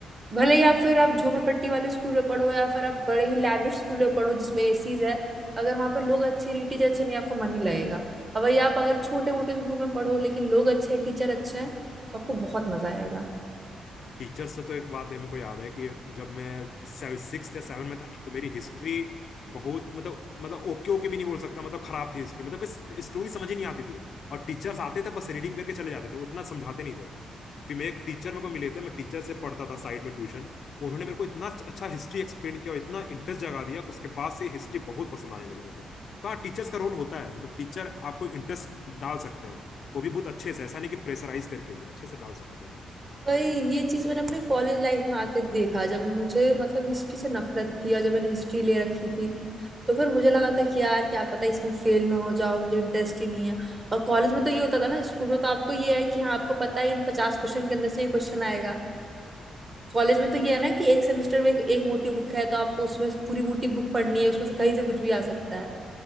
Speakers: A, on the right; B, on the left.
A: भले ही आप फिर आप झोपड़पट्टी वाले स्कूल में पढ़ो या फिर आप बड़े ही लैविश स्कूल में पढ़ो जिसमें एसीज है अगर वहां पे लोग अच्छे नहीं टीचर अच्छे नहीं आपको मन नहीं लगेगा अब वही आप अगर छोटे मोटे स्कूल में पढ़ो लेकिन लोग अच्छे हैं टीचर अच्छे हैं तो आपको बहुत मजा आएगा
B: टीचर से तो एक बात है मेरे को याद है कि जब मैं सिक्स या सेवन में था ना तो मेरी हिस्ट्री बहुत मतलब मतलब ओके ओके भी नहीं बोल सकता मतलब खराब थी हिस्ट्री मतलब कोई स्टोरी समझ ही नहीं आती थी और टीचर्स आते थे बस रीडिंग करके चले जाते थे उतना समझाते नहीं थे फिर मैं एक टीचर मेरे को मिले थे मैं टीचर से पढ़ता था साइड में ट्यूशन उन्होंने मेरे को इतना अच्छा हिस्ट्री एक्सप्लेन किया और इतना इंटरेस्ट जगा दिया कि उसके बाद से हिस्ट्री बहुत पसंद आने लगी मेरे को तो हाँ टीचर्स का रोल होता है मतलब टीचर आपको इंटरेस्ट डाल सकते हैं वो भी बहुत अच्छे से ऐसा नहीं कि प्रेशराइज करके ही अच्छे से डाल सकते हैं वो।
A: वही ये चीज मैंने अपने कॉलेज लाइफ में आके देखा जब मुझे मतलब हिस्ट्री से नफरत थी और जब मैंने हिस्ट्री ले रखी थी तो फिर मुझे लगा था कि यार क्या पता इसमें फेल ना हो जाओ मुझे इंटरेस्ट ही नहीं है और कॉलेज में तो ये होता था ना स्कूल में तो आपको ये है कि हाँ आपको पता है इन पचास क्वेश्चन के अंदर से ये क्वेश्चन आएगा कॉलेज में तो ये है ना कि एक सेमेस्टर में एक, एक मोटी बुक है तो आपको उसमें से पूरी मोटी बुक पढ़नी है उसमें से कहीं से कुछ भी आ सकता है